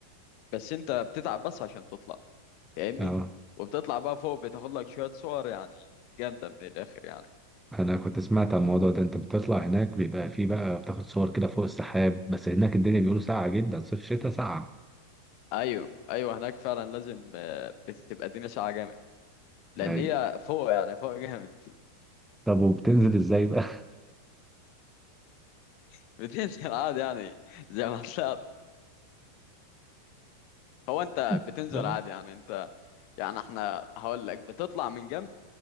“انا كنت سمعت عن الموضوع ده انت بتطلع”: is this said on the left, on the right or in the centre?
Centre